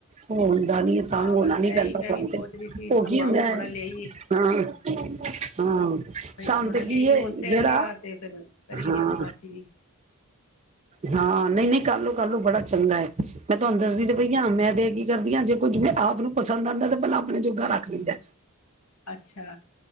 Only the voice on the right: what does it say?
ਹੋਣ ਦਾ ਨੀ
ਤਾਂ ਹੋਣਾ
ਨੀ ਪੈਂਦਾ,
ਸ
ਤੇ
ਉਹ
ਕੀ ਹੁੰਦਾ
ਹਾਂ
ਹਮ। ਹਾਂ।
ਸੰਤ
ਕੀ ਏ,
ਜਿਹੜਾ
ਹਾਂ
ਹਾਂ-' ਨਹੀਂ, ਨਹੀਂ ਕਾਰਲੋ, ਕਾਰਲੋ ਬੜਾ ਚੰਗਾ ਐ। ਮੈਂ ਤੁਹਾਨੂੰ ਦੱਸਦੀ
ਤੇ ਪਈ ਹ, ਮੈਂ ਦੇ ਹੈਗੀ ਕਰਦੀਆਂ, ਜੇ ਕੋਝ ਜਿਵੇਂ ਆਪ ਨੂੰ ਪਸਦ ਆਉਂਦਾ, ਤਾਂ ਪਹਿਲਾਂ ਆਪਣੇ ਜੋਗਾ ਰੱਖ ਲੈਂਦੈ।